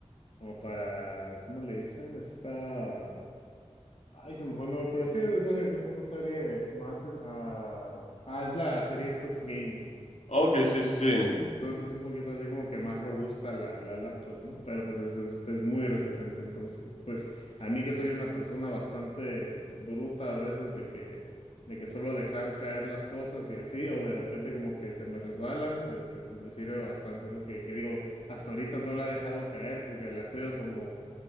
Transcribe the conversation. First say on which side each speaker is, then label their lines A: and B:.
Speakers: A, on the left; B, on the left.
A: como para, ¿cómo le dicen? Esta, ay, se me fue el nombre, pero sí, es básicamente una serie más, es- ah, ah, es la serie TUF Gaming.
B: Ok, sí, sí, sí.
A: Entonces es un poquito así como que más robusta la, la laptop, ¿no? Pero pues es, es, es muy resistente. Entonces, pues a mí que soy una persona bastante bruta a veces de que, de que suelo dejar caer las cosas y así, o de repente como que se me resbalan, este, pues me sirve bastante, ¿no? Que, que digo, hasta ahorita no la he dejado caer porque la cuido como,